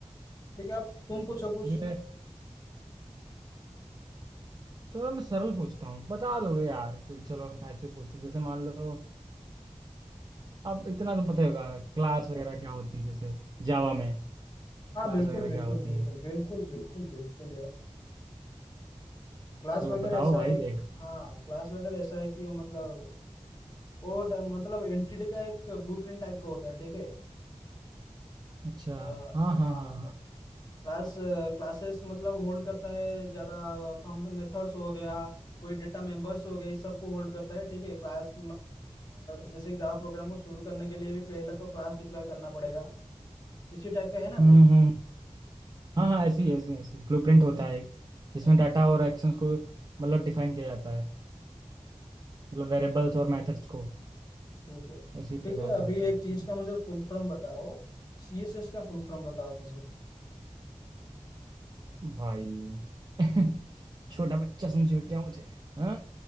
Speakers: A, on the left; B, on the right.
A: ठीक है अब तुम
B: हाँ,
A: पूछो
B: इसलिए
A: कुछ
B: चलो मैं सरल पूछता हूँ बता दोगे यार कोई चलो ऐसे पूछते जैसे मान लो अब इतना तो पता ही होगा क्लास वगैरह क्या होती है जैसे जावा में
A: हाँ
B: क्लास
A: बिल्कुल
B: वगैरह
A: बिल्कुल
B: क्या होती
A: बिल्कुल
B: है
A: बिल्कुल बिल्कुल बिल्कुल यार क्लास
B: तो
A: वगैरह
B: बताओ
A: ऐसा
B: भाई
A: है
B: देख
A: कि हाँ क्लास वगैरह ऐसा है कि वो मतलब वो ड- मतलब एंटिटी का एक ब्लूप्रिंट टाइप का होता है ठीक है
B: अच्छा
A: अ,
B: हाँ हाँ
A: हाँ
B: हाँ हाँ
A: क्लास क्लासेस मतलब होल्ड करता है ज़्यादा फंक्शन मेथड्स हो गया कोई डेटा मेंबर्स हो गया इस सब को होल्ड करता है ठीक है क्लास जैसे कि जावा प्रोग्राम को शुरू करने के लिए भी पहले तो क्लास डिक्लेयर करना पड़ेगा इसी टाइप का है ना
B: हम्म
A: कुछ
B: हम्म हाँ हाँ ऐसी ऐसी ऐसी ब्लूप्रिंट
A: हाँ,
B: होता है एक जिसमें डाटा और एक्शंस को मतलब डिफाइन किया जाता है मतलब वेरिएबल्स और मेथड्स को
A: ठीक है
B: इसी
A: ठीक
B: प्रकार
A: है
B: में
A: अभी
B: होता
A: एक
B: है
A: चीज़ का मुझे फुल फॉर्म बताओ सी एस एस का फुल फॉर्म बताओ मुझे
B: भाई <laughs> छोटा बच्चा समझो क्या मुझे हाँ